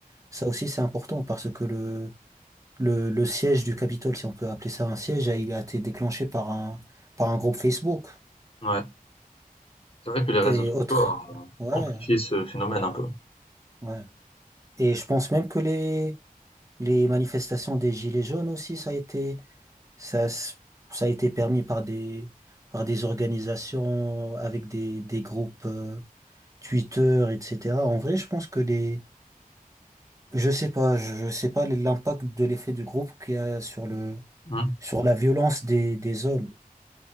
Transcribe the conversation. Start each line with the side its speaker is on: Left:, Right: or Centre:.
Right: Ça aussi, c'est important parce que le, le, le siège du Capitole, si on peut appeler ça un siège, il a été déclenché par un, par un groupe Facebook.
Left: Ouais, c'est vrai que les réseaux
Right: Et
Left: sociaux
Right: autres.
Left: ont
Right: Ouais,
Left: amplifié ce phénomène un peu.
Right: ouais. Et je pense même que les, les manifestations des Gilets jaunes aussi, ça a été, ça, s- ça a été permis par des, par des organisations avec des, des groupes euh, Twitter, etc. En vrai, je pense que les, je sais pas, je, je sais pas l'impact de l'effet du groupe qu'il y a sur le,
Left: Mmh.
Right: sur la violence des, des hommes.